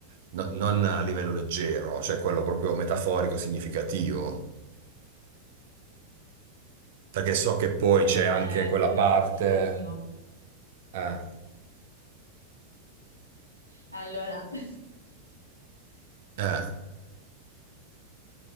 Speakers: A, on the right (about 55°); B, on the left (about 90°).
A: no- non a livello leggero, cioè quello proprio metaforico, significativo. Perché so che poi
B: è
A: c'è anche quella
B: quello
A: parte,
B: significativo.
A: eh,
B: Allora, <laughs>
A: eh,